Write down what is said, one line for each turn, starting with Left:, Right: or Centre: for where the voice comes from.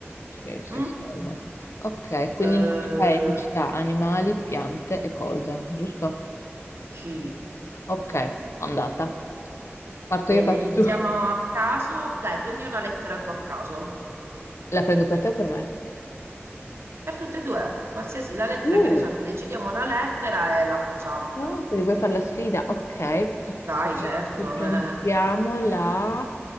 Left: sì, se
Right: Mm?
Left: salvo. Ok, quindi
Right: Eh,
Left: nome, paesi, città, animali, piante e cose, giusto?
Right: sì.
Left: Ok, andata. Parto
Right: Eh,
Left: io, parti
Right: iniziamo
Left: tu.
Right: a caso. Dai, prendi una lettera tu a caso.
Left: La prendo per te o per me?
Right: Per tutte e due, qualsiasi la lettera
Left: Uh,
Right: che ne so, decidiamo una lettera e la facciamo.
Left: ah, quindi vuoi fare la sfida? Ok, ok.
Right: Vai, certo.
Left: Ci
Right: <laughs>
Left: prendiamo la